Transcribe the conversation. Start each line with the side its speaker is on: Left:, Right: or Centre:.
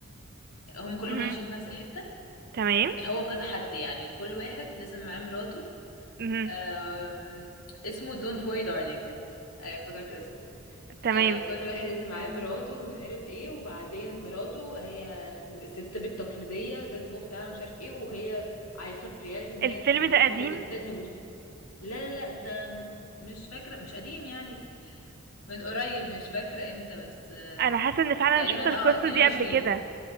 Left: هم كلهم
Right: أمم.
Left: عايشين في نفس الحتة
Right: تمام
Left: هو كذا حد يعني وكل واحد لازم معاه مراته
Right: امم
Left: آم، اسمه Don't worry darling آه، افتكرت اسمه
Right: تمام
Left: آه، كل واحد لازم معاه مراته ومش عارف ايه وبعدين مراته هي ست بيت تقليدية تطبخ تعمل مش عارف ايه وهي عايشة في رياليتي ان هي
Right: الفيلم
Left: هي مبسوطة
Right: ده قديم
Left: جدا ومش لا لا لا ده مش فاكرة مش قديم يعني من قريب مش فاكرة امتى بس آم،
Right: أنا حاسة إن فعلا
Left: تقريبا
Right: شفت القصة
Left: اه 22
Right: دي قبل كده